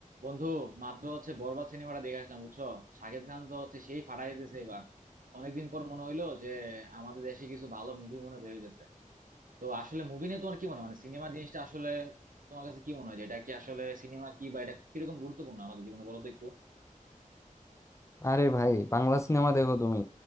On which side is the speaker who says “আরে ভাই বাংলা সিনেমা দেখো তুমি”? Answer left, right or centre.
Left